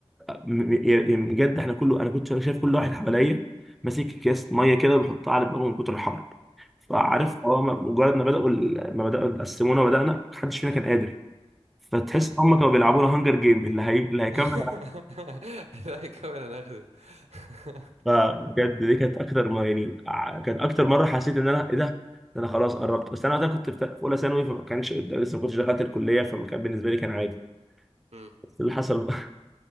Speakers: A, in the centre; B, on the right.
A: م- يعني بجد احنا كله انا كنت شا- شايف كل واحد حواليا ماسك اكياس ميه كده وبيحطها على دماغه من كتر الحر فعارف
B: مم،
A: اه م- مجرد ما بداوا ال- ما بداوا قسمونا وبدانا محدش فينا كان قادر فتحس
B: مم.
A: ان هم كانوا بيلعبونا هانجر جيم اللي هي... اللي هيكمل
B: <laughs> لا يكمل انا هاخده <laughs>
A: فبجد دي كانت اكتر ما يعني ع- كانت اكتر مره حسيت ان انا ايه ده ده انا خلاص قربت بس انا وقتها كنت في في اولى ثانوي فما كانش قدام- لسه ما كنتش دخلت الكليه فما كان بالنسبه لي كان عادي
B: مم.
A: بس اللي حصل <laughs>